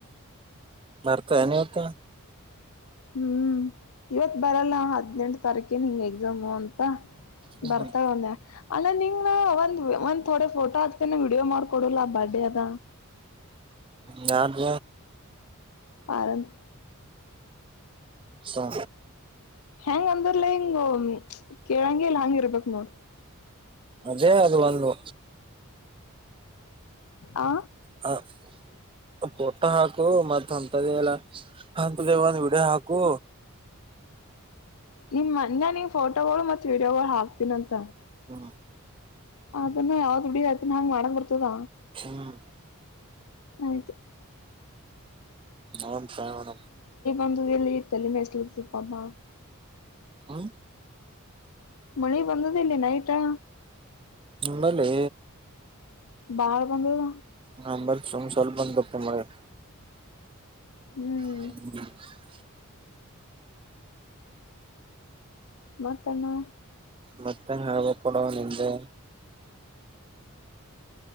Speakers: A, on the right; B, on the left.
A: ಬರ್ತ ನತ
B: ಹ್ಮ್ ಇವತ್ ಬರಲ್ಲ ಹದ್ನೆೆಂಟ ತಾರೀಕನ್ ಹಿಂಂಗ ಎಕ್ಸಾಮು ಅಂತ
A: ಹ್ಮ್
B: ಬರ್ತಾ ಒಂದ ಅಲ್ಲ ನಿಂಗ ನ ಒಂದ್ ಒಂದ್ ಥೋಡೆ ಫೋಟೋ ಹಾಕ್ತನ ವಿಡಿಯೋ ಮಾಡ್ಕೊಡಲ್ಲ ಆ ಬರ್ಡೇ ಅದ
A: ನ್
B: ಪಾರದು
A: ಅಾ
B: ಹೆಂಗ ಅಂದರ್ಲ ಹಿಂಗ ಕೇಳಂಗಗೆ ಇಲ್ ಹಂಗ ಇರ್ಬೇಕಕ್ ನೋಡ
A: ಅದೇ ಅದು ಬಂದು
B: ಆ
A: ಹ ಪುಟ್ಟ ಹಾಕು ಮತ್ತ್ ಹೊಂತದ ಎಲ್ಲ ಅಂತ ಒಂದ ವಿಡೆ ಹಾಕು
B: ನಿಮ್ ಮನ್ಯ ನಿ್ ಫೋಟೋಗಳು ಮತ್ ವೀಡಿಯೋಗಳು ಹಾಕ್ತೀನಂತ
A: ಹ್ಮ್
B: ಅದನ್ನ ಯಾವ್ದ್ ಬಿಡ ಆಯ್ತಿನ ಹಂಗ ಮಾಡಂಗ ಬರ್ತದ
A: ಹ್ಮ್
B: ಆಯ್ತು
A: ನನ್ ಪ್ರಯನ
B: ಒಂದು ಎಲ್ಲಿ ಇ ತಲ್ಲಿ ಮೆಸ್ಲು ಸುಪಬ
A: ಹ
B: ಮಳಿ ಬಂದದಲ್ಲಿ ನೈಟಾ
A: ನಿಮ್ಮಲ್ಲಿ
B: ಬಾರ ಬಂದದ
A: ನಂಬ ಸಮ ಸಲು ಬಂದ ತತ ಮಾಡೆ
B: ಹ್ಮ್
A: ಹ್ಮ <unintelligible>
B: ಮತ ಏನು
A: ಮತ್ತೆ ಹವ ಕೊಡುವ ನಿಂದೆ